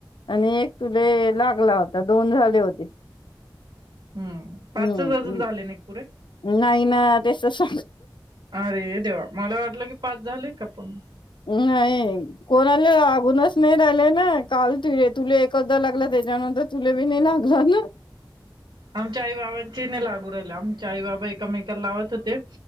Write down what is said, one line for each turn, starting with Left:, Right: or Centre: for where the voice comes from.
Left: आणि एक तुले लागला होता दोन झाले होते
Right: हम्म पाचच
Left: हम्मम्
Right: अजून झाले नाही पुरे
Left: नाही ना त्याचांग
Right: अरे देव मला वाटलं की पाच झाले का पण
Left: हम्. कोणाले अगूनच नाही राहिले ना काल तु तुला एकदा लागला त्याच्यानंतर जुलेबी नाही लागला ना.
Right: आमच्या आई बाबांची नाही लागू राहिला आमच्या आई बाबा एककामेकला लावत होते.